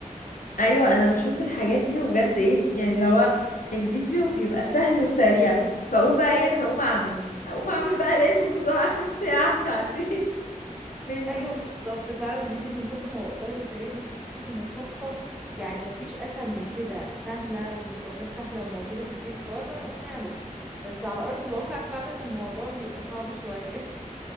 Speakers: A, on the left; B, in the centre.
A: ايوه انا بشوف الحاجات دي وبجد ايه يعني لو الفيديو بيبقى سهل وسريع فاقول بقى ايه انا هقوم اعمل اقوم اعمل بقى الاقي الموضوع <laughs> اخد ساعة ساعتين مني
B: ايوه بالظبط فعلا الفيديو من كتر ما هو قصير وسريع بيحسسك ان الطبخه يعني مفيش اسهل من كده سهله والمكونات سهله وموجوده في البيت فيلا نقوم نعمل بس على ارض الواقع فعلا الموضوع بيبقى صعب شويه